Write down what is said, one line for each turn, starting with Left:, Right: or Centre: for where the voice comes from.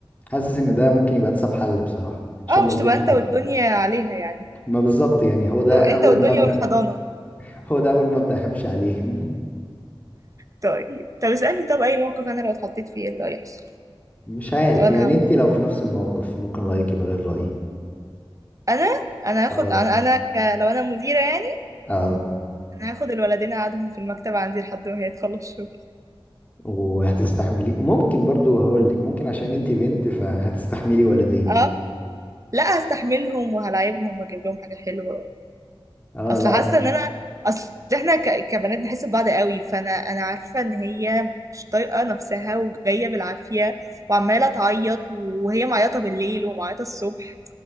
Left: حاسس ان ده ممكن يبقى انسب حل بصراحة عشان
Right: اه
Left: ما
Right: مش
Left: اظلمش
Right: تبقى انت
Left: حد
Right: والدنيا عليها يعني
Left: ما بالظبط يعني هو ده
Right: أو انت
Left: اول
Right: والدنيا
Left: مبدأ
Right: والحضانه
Left: <laughs> هو ده اول مبدأ همشي عليه <laughs>
Right: طيب طب اسالني طب اي موقف انا لو اتحطيت فيه ايه اللي هيحصل
Left: مش عارف
Right: طب انا
Left: يعني
Right: هعمل
Left: انت
Right: إيه؟
Left: لو في نفس الموقف ممكن رأيك يبقى غير رأيي
Right: انا انا هاخد
Left: اه
Right: انا انا ك... لو انا مديره يعني
Left: اه
Right: انا هاخد الولدين اقعدهم في المكتب عندي لحد ما هي تخلص شغل
Left: وهتستحملي ممكن برضو هقول لك ممكن عشان انت بنت فهتستحملي ولدين
Right: اه لا هستحملهم وهلاعبهم واجيب لهم حاجه حلوه
Left: اه
Right: اصل
Left: لا
Right: حاسه ان انا اصل احنا ك... كبنات بنحس ببعض قوي فانا انا عارفه ان هي مش طايقه نفسها وجايه بالعافيه وعماله تعيط وهي معيطه بالليل ومعيطه الصبح